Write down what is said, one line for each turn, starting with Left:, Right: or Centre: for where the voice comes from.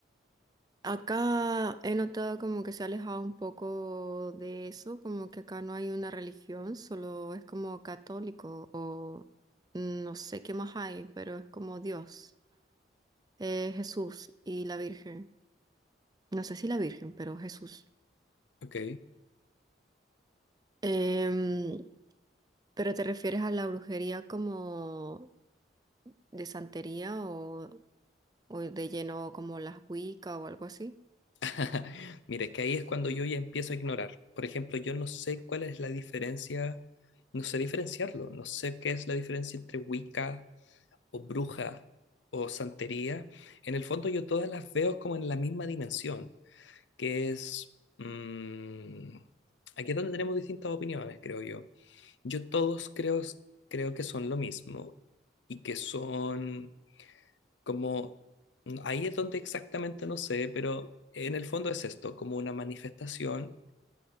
Right: Acá he notado como que se ha alejado un poco de eso, como que acá no hay una religión, solo es como católico o no sé qué más hay, pero es como Dios, eh, Jesús y la Virgen. No sé si la Virgen, pero Jesús.
Left: Ok.
Right: Em, pero te refieres a la brujería como de santería o, o de lleno como las Wicca o algo así.
Left: <laughs> Mira, es que ahí es cuando yo ya empiezo a ignorar. Por ejemplo, yo no sé cuál es la diferencia, no sé diferenciarlo, no sé qué es la diferencia entre Wicca o bruja o santería. En el fondo yo todas las veo como en la misma dimensión, que es... mm, aquí es donde tenemos distintas opiniones, creo yo. Yo todos creo, creo que son lo mismo y que son como mm, ahí es donde exactamente no sé, pero en el fondo es esto, como una manifestación